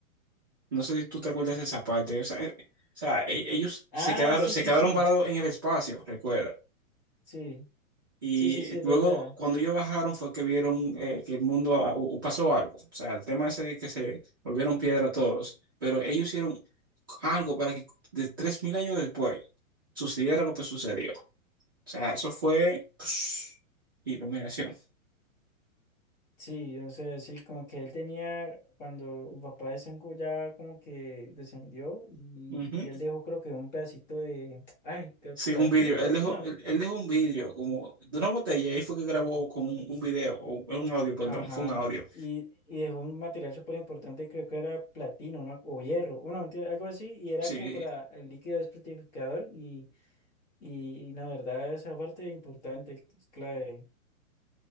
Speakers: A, on the right; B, on the left.
A: No sé si tú te acuerdas de esa parte, o sea, eh, o sea, e- ellos
B: Ah,
A: se quedaron,
B: sí,
A: se
B: sí,
A: quedaron
B: sí,
A: varados en el espacio, recuerda.
B: sí.
A: Y
B: Sí, sí, sí, es verdad.
A: luego, cuando ellos bajaron, fue que vieron eh, que el mundo ah, u- pasó algo. O sea, el tema ese de que se volvieron piedra todos. Pero ellos hicieron algo para que de 3.000 años después sucediera lo que sucedió. O sea, eso fue psh, iluminación.
B: Sí, o sea, sí, como que él tenía, cuando el papá de Sengoku ya como que descendió y,
A: Ujú.
B: y él dejó creo que un pedacito de, ay, creo-
A: Sí,
B: platín,
A: un vídeo. Él
B: platino,
A: dejó,
B: ¿no?
A: él, él dejó un vídeo como de una botella. y Ahí fue que grabó como un, un video, o un audio, perdón.
B: Ajá,
A: Fue un audio.
B: y, y dejó un material súper importante, creo que era platino ¿no? o hierro, bueno, mentira, algo así, y era
A: Sí,
B: como para el líquido desprotificador y, y, y la verdad esa parte importante, es clave.